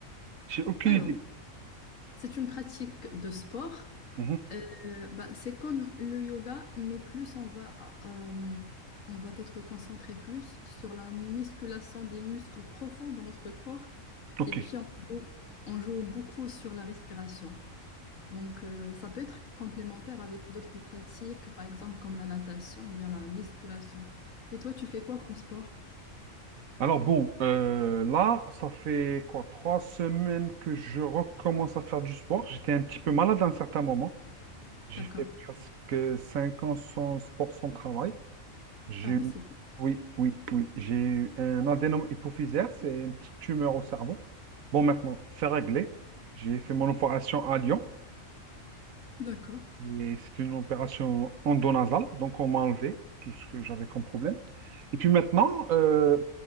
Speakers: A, on the right; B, on the left.
A: J'ai aucune
B: Alors,
A: idée.
B: c'est une pratique de sport,
A: Mhm.
B: Euh, bah, c'est comme le yoga, mais plus on va, euh, on va être concentré plus sur la musculation des muscles profonds de notre corps.
A: Ok.
B: Et puis, on joue, on joue beaucoup sur la respiration. Donc, euh, ça peut être complémentaire avec d'autres pratiques, par exemple comme la natation ou bien la musculation. Et toi, tu fais quoi comme sport?
A: Alors bon, euh, là, ça fait quoi, trois semaines que je recommence à faire du sport. J'étais un petit peu malade à un certain moment. J'ai
B: D'accord.
A: fait presque cinq ans sans sport, sans travail. J'ai
B: Ah
A: eu,
B: oui, c'est bon.
A: oui, oui, oui, j'ai eu un adénome hypophysaire, c'est une petite tumeur au cerveau. Bon, maintenant, c'est réglé. J'ai fait mon opération à Lyon.
B: d'accord.
A: Et c'était une opération endonasale, donc on m'a enlevé tout ce que j'avais comme problème. Et puis maintenant, euh,